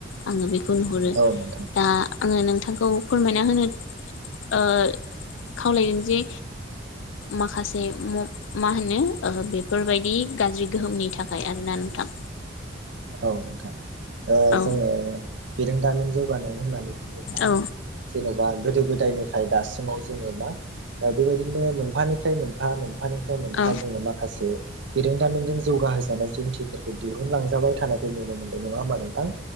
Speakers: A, on the left; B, on the right.
A: आङो बेखौ खौ नुहुरो
B: औ नोंथां
A: दा आङो नोंथांखौ फोरमायना होनो ओ खावलायदों जे माखासे मा होनो बेफोरबायदि गाज्रि गोहोमनि थाखाय आरोना नोंथां
B: औ नोंथां
A: औ
B: जोङो बिरोंदामिन जौगानाय होननानै बुङोबा
A: औ
B: जेन'बा गोदो गोदायनिफ्राय दासिमाव जोङो मा बेबायदिनो मोनफानिफ्राय मोनफा मोनफानि फ्राय मोनफा
A: औ
B: जोङो माखासे बिरोंदामिनजों जौगाहोजानाय जुन्थिफोरखौ दिहुनलांजाबाय थानायखौ नुनो मोनदों नङा होमबा नोंथां